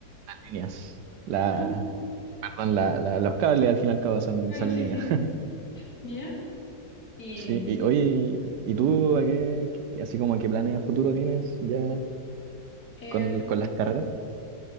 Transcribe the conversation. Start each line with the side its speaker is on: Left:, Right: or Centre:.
Right: Líneas. La,
Left: Ah,
Right: perdón, la, la- los cables al fin y al cabo son,
Left: claro,
Right: son
Left: sí,
Right: líneas.
Left: sí.
Right: <laughs>
Left: Mira. ¿Y
Right: Sí, y oye, ¿y tú a qué, qué- qué- así como a qué planes a futuro tienes ya?
Left: em,
Right: con, con las carreras.